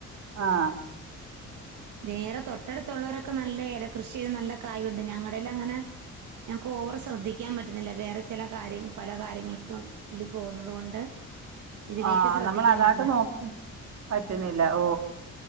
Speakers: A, on the right; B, on the right.
A: ആഹ്
B: വേറെ തൊട്ടടുത്തുള്ളവരൊക്കെ നല്ല ഏല കൃഷി ചെയ്ത് നല്ല കായുണ്ട് ഞങ്ങളുടെല് അങ്ങനെ ഞങ്ങക്ക് ഓവർ ശ്രദ്ധിക്കാൻ പറ്റുന്നില്ല വേറെ ചില കാര്യ പല കാര്യങ്ങൾക്കും പുള്ളി പോകുന്നത് കൊണ്ട് ഇതിലേക്ക്
A: ആ
B: ശ്രദ്ധിക്കാൻ
A: നമ്മൾ അതായിട്ട്
B: പറ്റില്ല
A: നോക്കി പറ്റുന്നില്ല ഓ